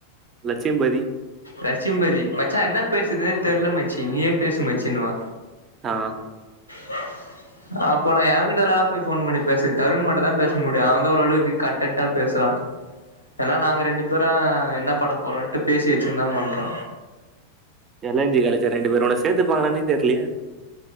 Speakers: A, on the right (about 25°); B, on the left (about 85°).
A: லட்சுமிபதி
B: லட்சுமிபதி மச்சா என்ன பேசுதுன்னே தெர்ல மச்சி நீயே பேசு மச்சின்னுவா
A: ஆ
B: <inaudible> அப்போ நா எவ கிட்டெல்லா போய் ஃபோன் பண்ணி பேசுறது தருண் மட்டு தா பேச முடியு அவந்தா ஓரளவுக்கு கன்டன்டா பேசலா ஏனா நாங்க ரெண்டு பேரு என்ன பண்ண போறோன்ட்டு பேசி வச்சுன்னு தா பண்றோ
A: என் என் ஜீ காலேஜா ரெண்டு பேரு உன்ன சேத்துப்பாங்காளானே தெர்லயே